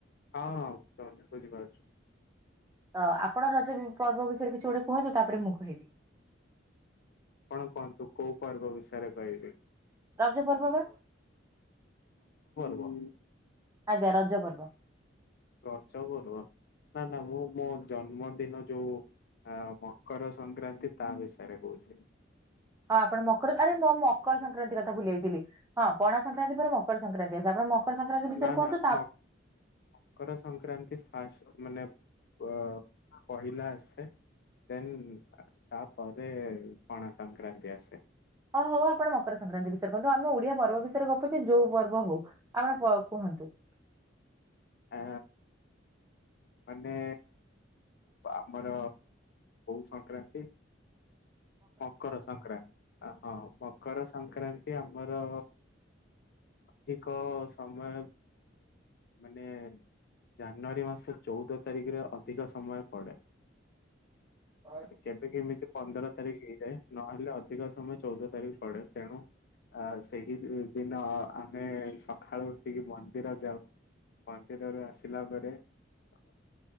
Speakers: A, on the left; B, on the right.
A: ହଁ ହ ସନ ବୁଝିପାରୁଛୁ
B: ତ ଆପଣ ନଦ ପର୍ବ ବିଷୟରେ କିଛି ଗୋଟେ କୁହନ୍ତୁ ତାପରେ ମୁଁ କହିବି
A: ଆପଣ କୁହନ୍ତୁ କୋଉ ପର୍ବ ବିଷୟରେ କହିବି
B: ରଜ ପର୍ବ ବା
A: ହ
B: ଆଜ୍ଞା ରଜ ପର୍ବ।
A: ଆ ଚରୁ ନ ନା ମୁ ମୁ ଜନ୍ମଦିନ ଯୋଉ ଆ ମକର ସଂକ୍ରାନ୍ତି ତା ବିଷୟରେ କହୁଛି।
B: ହଁ ଆପଣ ମକର ଆରେ ମୁଁ ମକର ସଂକ୍ରାନ୍ତି କଥା ଭୁଲେଇଥିଲି ହଁ ପଣା ସଂକ୍ରାନ୍ତି ପରେ ମକର ସଂକ୍ରାନ୍ତି ଆସ ଆପଣ ମକର ସଂକ୍ରାନ୍ତି ବିଷୟରେ
A: ନା
B: କୁହନ୍ତୁ
A: ନା
B: ତା
A: ମକ ମକର ସଂକ୍ରାନ୍ତି ହ ମାନେ ପହିଲ ଆସେ ଦେନ୍ ତାପ ପଣା ସଂକ୍ରାନ୍ତି ଆସେ <inaudible>
B: ହଁ ହଉ ଆପଣ ମକର ସଂକ୍ରାନ୍ତି ବିଷୟରେ କୁହନ୍ତୁ ଆମେ ଓଡିଆ ପର୍ବ ବିଷୟରେ ଗପଛେ ଯୋଉ ପର୍ବ ହଉ। ଆପଣ କୁହନ୍ତୁ।
A: ଆ ମାନେ। ଆମର ବୋ ସଂକ୍ରାନ୍ତି ମକର ସଂକ୍ରାନ୍ତି ହଁ ମକର ସଂକ୍ରାନ୍ତି ଆମ ଆର ଅଧିକ ସମୟ। ମାନେ ଜାନୁଆରୀ ମାସ ଚଉଦ ତାରିଖରେ ଅଧିକ ସମୟ ପଡ଼େ
B: ହ।
A: କେବେ କେ ଏମିତି ପନ୍ଦର ତାରିଖ ହେଇଯାଏ ନହେଲେ ଅଧିକ ସମୟ ଚଉଦ ତାରିଖ ପଡେ ତେଣୁ ଆ ସେହି ଦିନ ଆମେ ସକାଳୁ ଉଠିକି ମନ୍ଦିର ଯାଉ। ମନ୍ଦିରରେ ଆସିଲା ପରେ ଅ